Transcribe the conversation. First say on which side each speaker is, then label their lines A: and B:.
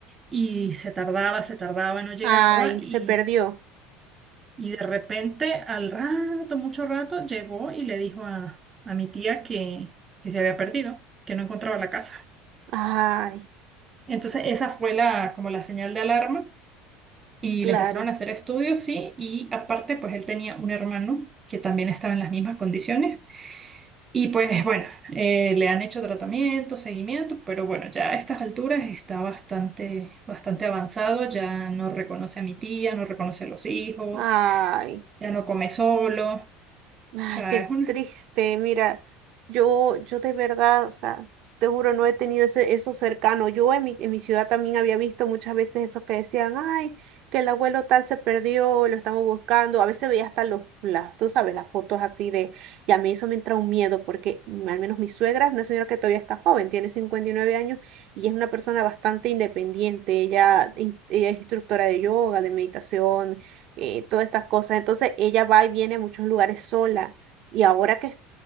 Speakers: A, on the right (about 15°); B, on the right (about 45°).
A: y se tardaba, se tardaba, no llegaba
B: Ay,
A: y,
B: se perdió.
A: y de repente, al rato, mucho rato, llegó y le dijo a, a mi tía que, que se había perdido, que no encontraba la casa.
B: Ay,
A: Entonces esa fue la, como la señal de alarma y
B: claro.
A: le empezaron a hacer estudios, sí, y aparte pues él tenía un hermano que también estaba en las mismas condiciones Y pues bueno, eh, le han hecho tratamiento, seguimiento, pero bueno, ya a estas alturas está bastante, bastante avanzado, ya no reconoce a mi tía, no reconoce a los hijos,
B: Ay.
A: ya no come solo. O
B: Ay,
A: sea,
B: qué
A: es una...
B: triste. Mira, yo, yo de verdad, o sea, te juro, no he tenido ese, eso cercano. Yo en mi, en mi ciudad también había visto muchas veces esos que decían, ay, que el abuelo tal se perdió, lo estamos buscando. A veces veía hasta los, las, tú sabes, las fotos así de, y a mí eso me entra un miedo, porque mm, al menos mi suegra es una señora que todavía está joven, tiene 59 años y es una persona bastante independiente. Ella, ins- ella es instructora de yoga, de meditación eh, todas estas cosas. Entonces ella va y viene a muchos lugares sola. Y ahora que,